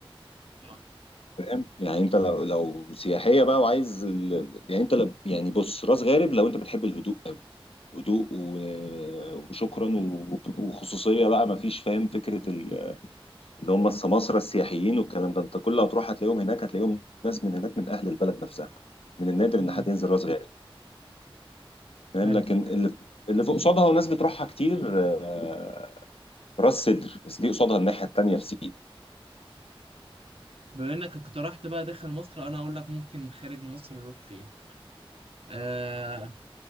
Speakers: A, on the right (about 75°); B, on the left (about 75°).
A: آه.
B: فاهم يعني انت لو لو سياحية بقى وعايز ال- ال- يعني انت لو- يعني بص راس غارب لو انت بتحب الهدوء أوي، هدوء و- وشكرا و- وخصوصية بقى ما فيش فاهم فكرة ال- اللي هم السماسرة السياحيين والكلام ده انت كل ما تروح هتلاقيهم هناك هتلاقيهم ناس من هناك من أهل البلد نفسها من النادر
A: مم.
B: ان حد ينزل راس غارب فاهم
A: حلو
B: لكن اللي اللي فوق قصادها وناس بتروحها كتير آه، راس سدر بس دي قصادها الناحية التانية في سينا
A: بما انك اقترحت بقى داخل مصر انا اقول لك ممكن خارج مصر نروح فين آه